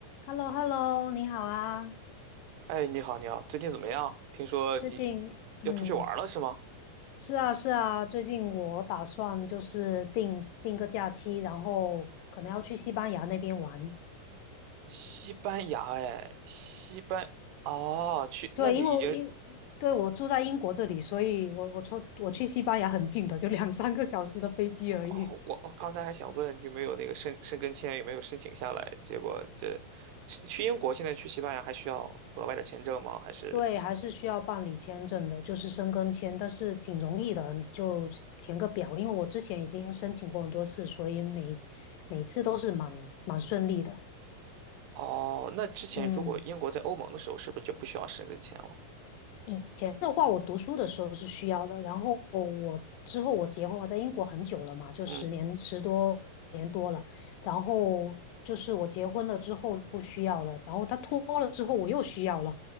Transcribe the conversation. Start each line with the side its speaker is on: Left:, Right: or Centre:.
Left: h e l l o h e l l o 你好啊。
Right: 哎，你好，你好，最近怎么样？听说你
Left: 最近，
Right: 要出去玩儿了是吗？
Left: 嗯，是啊，是啊，最近我打算就是定定个假期，然后可能要去西班牙那边玩。
Right: 西班牙，哎，西班，哦，去，
Left: 对，
Right: 那你已经，
Left: 因为我英，对，我住在英国这里，所以我我出我去西班牙很近的，就两三个小时的飞机而已。
Right: 哦，我我刚才还想问有没有那个申申根签，有没有申请下来？结果这去去英国，现在去西班牙还需要额外的签证吗？还是，
Left: 对，还是需要办理签证的，就是申根签，但是挺容易的，你就填个表。因为我之前已经申请过很多次，所以每每次都是蛮蛮顺利的。
Right: 哦，那之前如果英国在欧盟的时候，
Left: 嗯。
Right: 是不是就不需要申根签了？
Left: 以前的话，我读书的时候是需要的，然后我之后我结婚，我在英国很久了嘛，就十年十多年多了，
Right: 嗯，
Left: 然后就是我结婚了之后不需要了，然后他脱欧了之后我又需要了，